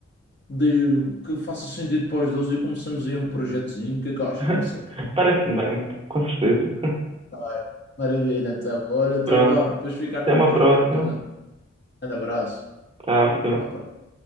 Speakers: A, on the left; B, on the right.
A: de- que faça sentido para os dois e começamos aí um projetozinho. O que é que achas,
B: <laughs>
A: Marcelo?
B: Parece-me bem, com certeza.
A: Tá bem. Maravilha, então. Olha, então
B: Pronto.
A: vá, depois fica a
B: Até
A: cara
B: uma próxima.
A: daqui da tua mente. Um grande abraço.
B: Tchau, fica bem.
A: Vá, abraço.